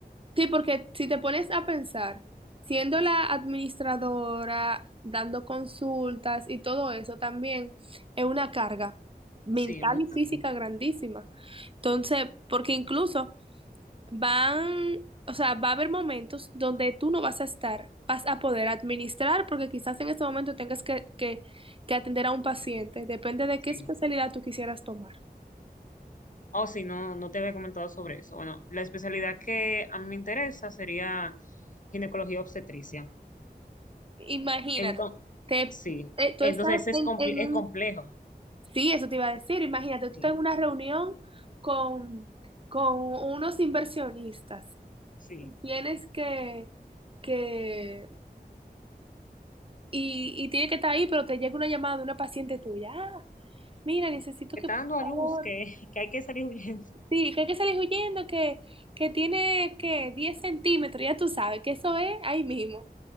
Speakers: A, on the right (about 35°); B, on the left (about 50°).
A: Sí, porque si te pones a pensar, siendo la administradora, dando consultas y todo eso también es una carga mental
B: Sí, muy
A: y física
B: grande.
A: grandísima. Entonces, porque incluso van, o sea, va a haber momentos donde tú no vas a estar, vas a poder administrar porque quizás en este momento tengas que, que, que atender a un paciente, depende de
B: Sí.
A: qué especialidad tú quisieras tomar.
B: Oh, sí, no, no te había comentado sobre eso. Bueno, la especialidad que a mí me interesa sería ginecología obstetricia.
A: Imagínate,
B: Entonces,
A: te,
B: sí,
A: eh, tú
B: entonces
A: estás
B: es,
A: en,
B: comple-
A: en un
B: es complejo.
A: Sí, eso te iba a decir. Imagínate, tú
B: Sí,
A: estás en una reunión con, con unos inversionistas
B: sí.
A: y tienes que, que y, y tiene que estar ahí, pero te llega una llamada de una paciente tuya. Ah, mira, necesito
B: Que
A: que,
B: está
A: por
B: dando a
A: favor,
B: luz, que, <laughs> que hay que salir huyendo.
A: sí, que hay que salir huyendo, que, que tiene que 10 centímetros, ya tú sabes que eso es ahí mismo.